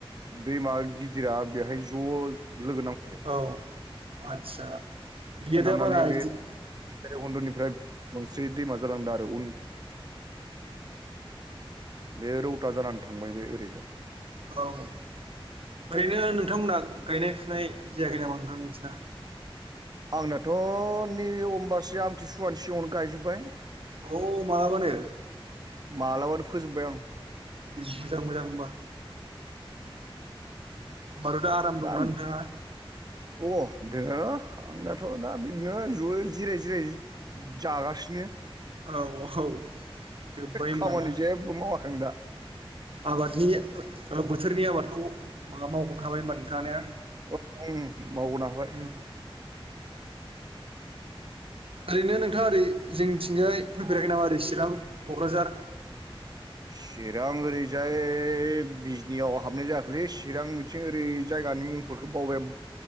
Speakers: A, on the right (about 45°); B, on the right (about 70°).
A: दैमा गिदिरा बेहाय ज' लोगो नांफैयो
B: औ आदसा बियो
A: नांनानै
B: दा बारा
A: बे
B: इदि <inaudible>
A: भैरबखुन्द'निफ्राय मोनस्रि दैमा जालांदों आरो उन बे रौता जानानै थांबाय बे ओरैजाय
B: औ ओरैनो नोंथांमोना गायनाय फुनाय जायाखै नामा नोंथां नोंसिना
A: आंनाथ' नैबे अमबासि आमथिसुवानि सिगाङावनो गायजोब्बाय
B: औ मा मानो
A: मालाबानो फोजोबबाय आं
B: मोजां मोजां होमबा होमबाथ' आराम दंना
A: दा
B: नोंथाङा
A: अ दोङो आंनाथ दा बिदिनो ज'यै जिराय जिराय जागासिनो
B: औ औ जोब्बाय होमबा
A: खामानि
B: ना
A: जेबो मावाखै आं दा
B: आबादनि बोथोरनि आबादखौ मावगनो हाबाय होनबा नोंथाङा ने
A: औ मावग'नो हाबाय
B: उम ओरैनो नोंथाङा ओरै जोंनिथिंजाय फैफेराखै नामा ओरै चिरां क'क्राझार
A: चिरां ओरैजाय बिजनियाव हाबनाय जायाखैलै चिरां बिथिं ओरैजाय जायगानि मुंफोरखौ बावबाय